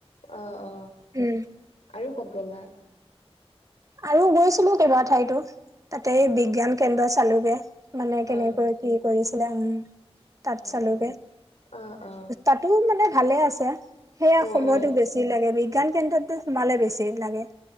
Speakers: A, on the left (about 85°); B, on the right (about 30°).
A: অ অ
B: উম,
A: আৰু ক'ত গ'লা
B: আৰু গৈছিলো কেইবা ঠাইতো তাতে বিজ্ঞান কেন্দ্ৰ চালোগে মানে কেনেকৈ
A: অ
B: কি কৰিছিলে উ তাত
A: অ
B: চালোগে
A: অ অ অ
B: তাতো মানে ভালে আছে সেয়া
A: উম
B: সময়টো
A: উম
B: বেছি বেছি লাগে বিজ্ঞান কেন্দ্ৰতো সোমালে বেছিয়ে লাগে।